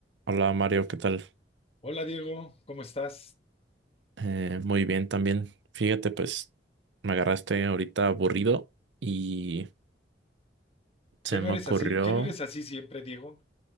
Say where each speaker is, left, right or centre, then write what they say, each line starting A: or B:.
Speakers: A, on the right; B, on the left.
A: Hola Mario, ¿qué tal?
B: Hola Diego, ¿cómo estás?
A: Eh, muy bien también. Fíjate, pues me agarraste ahorita aburrido y se
B: ¿Qué no
A: me
B: eres
A: ocurrió
B: así? ¿Qué no eres así siempre, Diego?